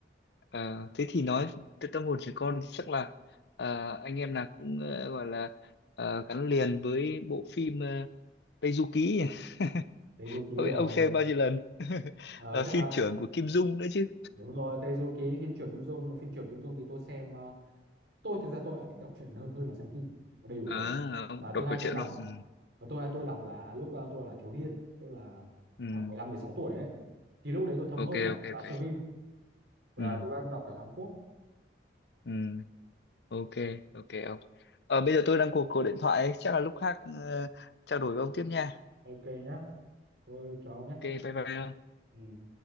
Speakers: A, on the left (about 70°); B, on the right (about 75°).
A: Ờ, thế thì nói từ tâm hồn trẻ con thì chắc là ờ, anh em nào cũng ờ, gọi là ờ, gắn liền với bộ phim ờ, Tây Du Ký nhỉ? <laughs>
B: Tezuki
A: Không
B: rồi
A: biết ông xem bao nhiêu lần <laughs>
B: ờ,
A: là
B: cho
A: phim trưởng của Kim Dung nữa chứ
B: đúng rồi Tezuki phim trưởng Kim Dung nhưng mà phim trưởng Kim Dung thì tôi xem ờ, tôi thực ra tôi lại thích đọc truyện hơn hơn là xem phim nó đầy đủ
A: à
B: hơn
A: ông
B: và thứ
A: đọc
B: hai
A: câu chuyện
B: tôi đọc
A: luôn ừ.
B: và tôi tôi đọc là lúc ờ, tôi là thiếu niên tức là
A: Ừ.
B: khoảng mười lăm mười sáu tuổi ấy thì lúc đấy tôi thấm
A: ok
B: hơn là
A: ok
B: là
A: ok
B: xem phim và
A: ừ.
B: thứ ba tôi đọc cả Tam Quốc
A: Ừ. ok ok ông ờ, bây giờ tôi đang cuộc cuộc điện thoại ấy. chắc là lúc khác ờ, trao đổi với ông tiếp nha
B: Ok nhá. Thôi chào ông nhé.
A: ok bye bye ông
B: Ừ.